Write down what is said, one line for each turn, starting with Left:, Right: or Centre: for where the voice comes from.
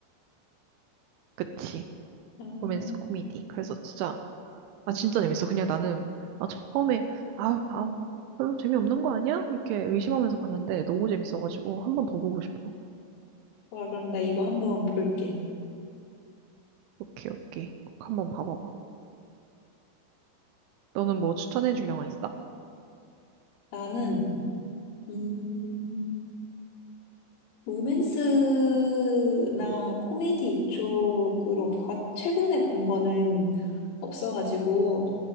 Right: 그치.
Left: 음,
Right: 로맨스 코미디. 그래서 진짜, 아, 진짜 재밌어. 그냥 나는, 아, 처음에, 아, 아, 뭐, 별로 재미없는 거 아니야? 이렇게 의심하면서 봤는데 너무 재밌어가지고 한 번 더 보고 싶어.
Left: 좋아, 그럼 나 이거 한번 볼게.
Right: 오케이, 오케이. 꼭 한번 봐봐봐. 너는 뭐 추천해줄 영화 있어?
Left: 나는, 음, 로맨스나 코미디 쪽으로 봐, 최근에 본 거는 없어가지고,